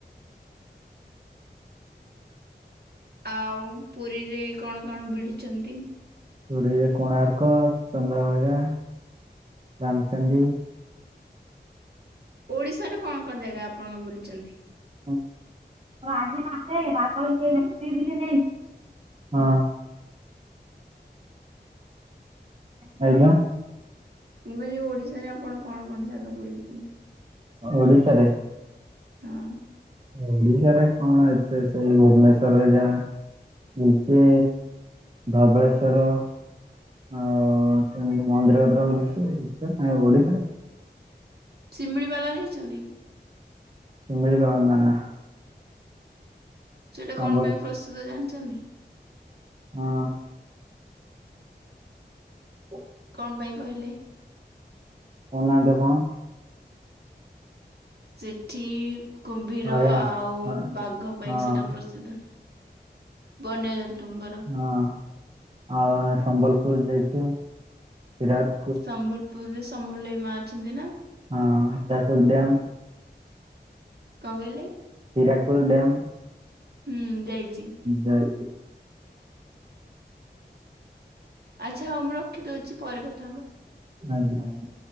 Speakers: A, on the right; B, on the right.
A: ଆଉ ପୁରୀରେ କଣ କଣ ବିଡିଛନ୍ତି?
B: ପୁରୀରେ କୋଣାର୍କ, ଚନ୍ଦ୍ରଭାଗା, ରାମଚଣ୍ଡୀ।
A: ଓଡ଼ିଶାର କଣ କଣ ଜାଗା ଆପଣ ବୁଲିଛନ୍ତି?
B: ହଁ। ହାଇଲୋ।
A: ମୁଁ, କହିଲି ଓଡିଶାରେ ଆପଣ କଣ କଣ ଜାଗା ବୁଲଛନ୍ତି?
B: ଓଡିଶାରେ।
A: ହଁ।
B: ଓଡିଶାରେ କଣ ଏତେ, ସେଇ ଭୁବନେଶ୍ଵରରେ ଯାହା ହଉଚି ଧବଳେଶ୍ୱର। ଆଉ ମନ୍ଦିର ଫନ୍ଦିର ବୁଲିଛି କାଇଁ ଓଡିଶା
A: ଶିମିଳିପାଳ ଯାଇଛନ୍ତି।
B: ମିଳି ଦ ଅନା ନା
A: ସେଇଟା
B: ସମ୍ବଲ
A: କଣ ପାଇଁ ପ୍ରସିଦ୍ଧ ଜାଣିଛନ୍ତି?
B: ହଁ। <inaudible>
A: କଣ ପାଇଁ କହିଲେ?
B: କହୁନାହାନ୍ତି ଆପଣ।
A: ସେଠି କୁମ୍ଭୀର
B: ହରିଣ
A: ଆଉ
B: ହଁ
A: ବାଘ ପାଇଁ
B: ହଁ
A: ସେଇଟା ପ୍ରସିଦ୍ଧ। ବନ୍ୟଜନ୍ତୁ ଙ୍କର
B: ହଁ। ଆ ସମ୍ବଲପୁର ଯାଇଛୁ ହିରାଦ୍
A: ସମ୍ବଲପୁରରେ ସମଲେଇ ମା ଅଛନ୍ତି ନା।
B: ହଁ ହୀରାକୁଦ ଡ୍ୟାମ।
A: କ କଇଲେ?
B: ହୀରାକୁଦ ଡ଼୍ୟାମ।
A: ହୁଁ ଯାଇଛି।
B: ଯାଇଚି।
A: ଆଚ୍ଛା ହଉ ମୁଁ ରଖିଦଉଛି ପରେ କଥା ହବା।
B: ଆଜ୍ଞା ଆଜ୍ଞା।